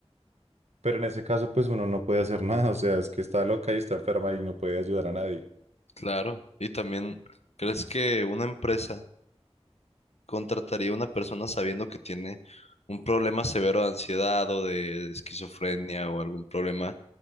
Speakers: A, on the right; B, on the left.
A: pero en ese caso, pues uno no puede hacer <laughs> nada. O sea, es que está loca y está enferma y no puede ayudar a nadie.
B: Claro. Y también, ¿crees que una empresa contrataría a una persona sabiendo que tiene un problema severo de ansiedad o de esquizofrenia o algún problema